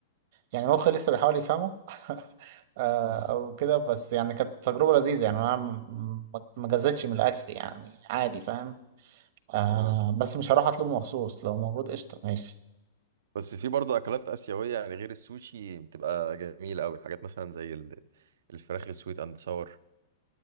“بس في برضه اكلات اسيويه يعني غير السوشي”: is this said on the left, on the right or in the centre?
Right